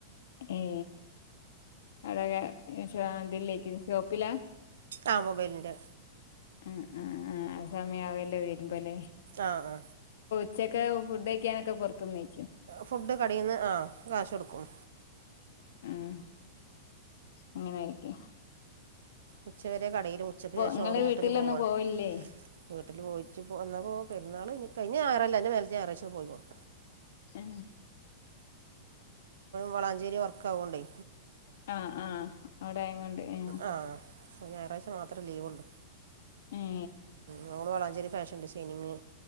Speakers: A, on the left; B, on the right.
A: ഏ അവിടക്കെ ഇതിലേക്ക് ഷോപ്പിലാ
B: ആ മൊബൈലിന്റെ
A: ആ ആ ആ സമയവല്ലേ വരുുംമ്പോലെ
B: ആഹ് ആഹ
A: ഉച്ചക്കെ ഫുഡ് കഴിക്കാനൊക്കെ പുറത്തുന്നയി
B: ഫുഡ് കടയിൽന്ന് ആ കാശ കൊടുക്കും
A: ഉ അങ്ങനൊയിരിക്ക
B: ഉച്ച വരെ കടൽ ഉച്ചക്ക് ശേഷം
A: നിങ്ങളെ
B: റോട്ടിന്
A: വീട്ടിലൊന്നും
B: പോവയാണ്
A: പോവലില്ലേ
B: വീട്ടിൽ പോയിട്ട വന്നാപ്പോൾ പെുന്നാൾ കഴഞ്ഞ് കഴിഞ്ഞ ഞാഴറല്ല അതിന്റെ <unintelligible> ഞറാഴ്ച്ച പോവല്
A: ഏ
B: വളാഞ്ചേരി വർക്ക് ആവോണ്ടേ
A: ആഹ് ആഹ് അവിടൊയ കൊണ്ട് ഏ
B: ആ ഞായറാഴ്ച മാത്രമേ ലീവ്ള്ളൂ
A: ഏ
B: നോള് വളാഞ്ചരി ഫാഷൻ ഡിസൈനിങ്